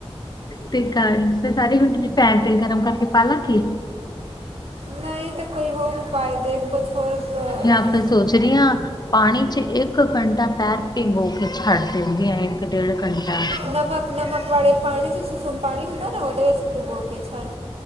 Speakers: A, on the left (about 40°); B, on the right (about 70°).
A: ਤੇ ਸਾਰੇ ਹੁਣ ਤੁਸੀਂ ਪੈਨ ਤੇਲ ਗਰਮ ਕਰਕੇ ਪਾ ਲਾ ਕੀ
B: ਨਹੀਂ ਤਾਂ ਕੋਈ ਹੋਰ ਉਪਾਅ ਦੇ ਕੁਝ ਹੋਰ ਅਹ,
A: ਜਾਂ ਫਿਰ ਸੋਚ ਰਹੀ ਹਾਂ ਪਾਣੀ ਚ ਇੱਕ ਘੰਟਾ ਪੈਰ ਗੋ ਕੇ ਛੱਡ ਦਿੰਦੀ ਆ ਇੱਕ ਡੇਢ ਘੰਟਾ
B: ਨਮਕ ਨਮਕ ਵਾਲੇ ਪਾਣੀ 'ਚ ਸੁਸਮ ਪਾਣੀ ਹੁੰਦਾ ਨਾ ਉਹਦੇ ਵਿੱਚ ਡੁੱਬੋ ਕੇਛਡ